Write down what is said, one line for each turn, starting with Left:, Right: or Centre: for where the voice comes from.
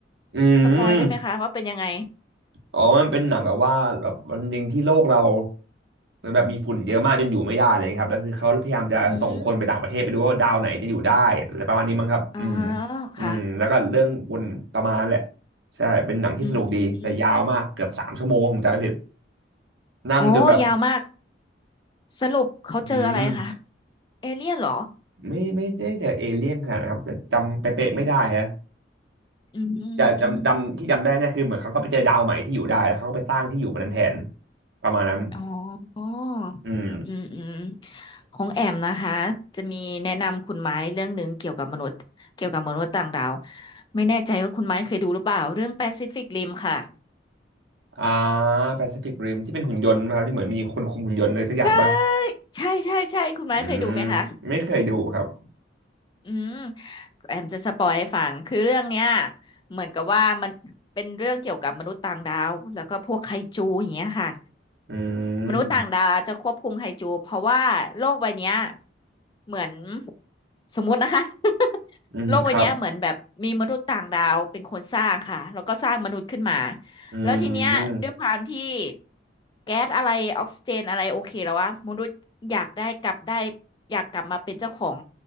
Right: อืม
Left: สปอยได้ไหมคะว่าเป็นยังไง
Right: อ๋อมันเป็นหนังแบบว่าแบบวันหนึ่งที่โลกเราเหมือนแบบมีฝุ่นเยอะมากจนอยู่ไม่ได้อะไรอย่างเลยครับแล้วคือเขาพยายามจะส่งคนไปต่างประเทศไปดูว่าดาวไหนจะอยู่ได้อะไรประมาณนี้มั้งครับอืม
Left: อืมอ๋อ
Right: อืมแล้วก็เรื่องวนประมาณนั้นแหละ
Left: ค่ะ
Right: ใช่เป็นหนังที่สนุกดีแต่ยาวมากเกือบสามชั่วโมงผมจำไม่ผิด
Left: อืมอืมอืม
Right: นั่งจนแบบ
Left: โอ้ยาวมากสรุปเขาเจออะไรคะ
Right: อืม
Left: เอเลี่ยนเหรอ
Right: ไม่ไม่ได้เจอเอเลี่ยนขนาดนะครับแต่จำเป๊ะๆไม่ได้ฮะ
Left: อืม
Right: แต่จำจำที่จำได้เนี่ยคือเหมือนเขาก็ไปเจอดาวใหม่ที่อยู่ได้แล้วเขาก็ไปสร้างที่อยู่บนนั้นแทน
Left: อืม
Right: ประมาณนั้น
Left: อ๋อ
Right: อืม
Left: อืมอืมของแอมนะคะจะมีแนะนำคุณไม้เรื่องหนึ่งเกี่ยวกับมนุษย์เกี่ยวกับมนุษย์ต่างดาวไม่แน่ใจว่าคุณไม้เคยดูหรือเปล่าเรื่องแปซิฟิกริมค่ะ
Right: อ่าแปซิฟิกริมที่เป็นหุ่นยนต์นะครับที่เหมือนมีคนคุมหุ่นยนต์อะไรสักอย่างป่ะ
Left: ใช่ใช่ใช่ใช่คุณไม้เคยดูไหมคะ
Right: อืมไม่เคยดูครับ
Left: อืมแอมจะสปอยให้ฟังคือเรื่องเนี้ยเหมือนกับว่ามันเป็นเรื่องเกี่ยวกับมนุษย์ต่างดาว แล้วก็พวกไคจูอย่างเงี้ยค่ะ
Right: อื
Left: มนุษย์ต่างดาวจะควบคุมไฮจูเพราะว่าโลกใบเนี้ย
Right: ม
Left: เหมือนสมมุตินะคะ <laughs>
Right: อืมครับ
Left: โลกใบเนี้ยเหมือนแบบมีมนุษย์ต่างดาวเป็นคนสร้างค่ะแล้วก็สร้างมนุษย์ขึ้นมา
Right: อืม
Left: แล้วทีเนี้ยด้วยความที่แก๊สอะไรออกซิเจนอะไรโอเคแล้ววะมนุษย์อยากได้กลับได้อยากกลับมาเป็นเจ้าของ